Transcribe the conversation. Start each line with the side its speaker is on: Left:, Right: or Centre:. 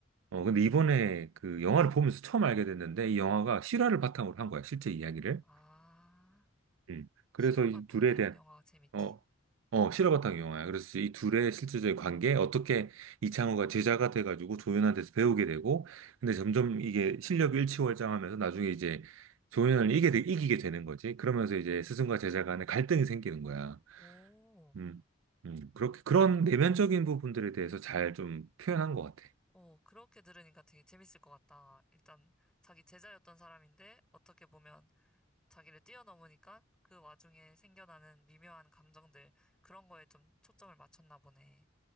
Right: 어 근데 이번에 그 영화를 보면서 처음 알게 됐는데 이 영화가 실화를 바탕으로 한 거야 실제 이야기를.
Centre: 아,
Right: 음. 그래서
Centre: 실화
Right: 이
Centre: 바탕의
Right: 둘에 대한
Centre: 여- 영화가 재밌지.
Right: 어, 어, 실화바탕 영화야. 그래서 이 둘의 실제적인 관계, 어떻게 이창호가 제자가 돼가지고 조연한테서 배우게 되고, 근데 점점 이게 실력이 일치월장하면서 나중에 이제 조연을 이기게, 되- 이기게 되는 거지. 그러면서
Centre: 어,
Right: 이제 스승과 제자 간에 갈등이 생기는 거야.
Centre: 오.
Right: 음, 음, 그렇게, 그런 내면적인 부분들에 대해서 잘 좀 표현한 것 같아.
Centre: 어, 그렇게 들으니까 되게 재밌을 것 같다. 일단 자기 제자였던 사람인데 어떻게 보면 자기를 뛰어넘으니까 그 와중에 생겨나는 미묘한 감정들 그런 거에 좀 초점을 맞췄나 보네.